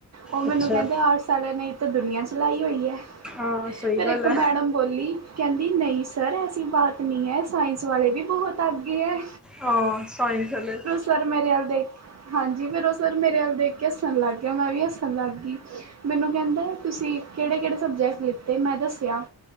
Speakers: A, on the right; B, in the centre.
A: ਉਹ ਮੈਨੂੰ
B: ਅੱਛਾ
A: ਕਹਿੰਦੇ ਆਟਸ ਆਲਿਆਂ ਨੇ ਤਾਂ ਦੁਨੀਆਂ ਚਲਾਈ ਹੋਈ ਐ।
B: ਹਾਂ ਸਹੀ
A: ਫਿਰ
B: ਗੱਲ
A: ਇੱਕ
B: ਹੈ
A: ਮੈਡਮ ਬੋਲੀ ਕਹਿੰਦੀ ਨਹੀਂ ਸਰ ਐਸੀ ਬਾਤ ਨੀ ਐ, ਸਾਇੰਸ ਵਾਲੇ ਵੀ ਬਹੁਤ ਆਗੇ ਐ।
B: ਆ ਸਾਈ ਗੱਲ ਏ।
A: ਸਰ ਮੇਰੇ ਵੱਲ ਦੇਖ, ਹਾਂਜੀ ਫਿਰ ਉਹ ਸਰ ਮੇਰੇ ਵੱਲ ਦੇਖ ਕੇ ਹੱਸਨ ਲੱਗ ਗਿਆ। ਮੈਂ ਵੀ ਹੱਸਨ ਲੱਗ ਗੀ। ਮੈਨੂੰ ਕਹਿੰਦਾ ਤੁਸੀਂ ਕਿਹੜੇ-ਕਿਹੜੇ ਸਬਜ਼ੈਕਟ ਲਿੱਤੇ, ਮੈਂ ਦੱਸਿਆ